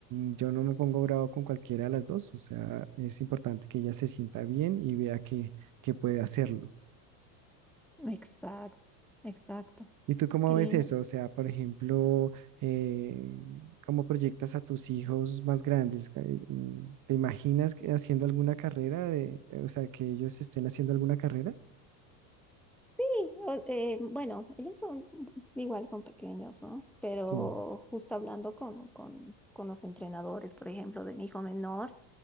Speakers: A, on the right; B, in the centre.
A: mm, Yo no me pongo bravo con cualquiera de las dos, o sea, es importante que ella se sienta bien y vea que, que puede hacerlo.
B: Exacto, exacto.
A: ¿Y tú cómo
B: Qué
A: ves
B: lindo.
A: eso? O sea, por ejemplo, eh, ¿cómo proyectas a tus hijos más grandes? Eh, mm, ¿Te imaginas que haciendo alguna carrera de, o sea, que ellos estén haciendo alguna carrera?
B: Sí, o- eh, bueno, ellos son, igual son pequeños, ¿no? Pero
A: Sí,
B: justo hablando con, con, con los entrenadores, por ejemplo, de mi hijo menor,